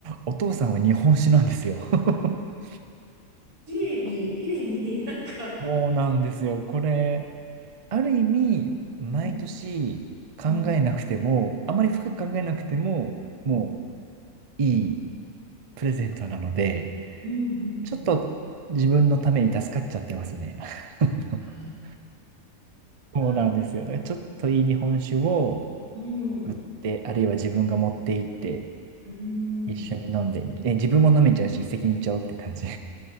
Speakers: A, on the right (about 55°); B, on the right (about 85°).
A: お父さんは日本酒なんですよ。
B: うん
A: <laughs>
B: 綺麗に、
A: こ
B: 綺麗に <laughs> なんか、
A: そうなんですよ。これ、ある意味、毎年考えなくても、
B: うん、うん、
A: あまり深く考えなくても、
B: うん、
A: もういいプレゼントなので、
B: うん、うん。うん
A: ちょっと自分のために助かっちゃってますね。<laughs>
B: あ
A: そうなんですよ。
B: あ
A: だからちょっといい日本酒を、
B: ー、
A: 売って、
B: う
A: あるいは自分が持って行って
B: ん、うん、
A: 一緒に飲んで、え、自分も飲めちゃうし一石二鳥って感じ。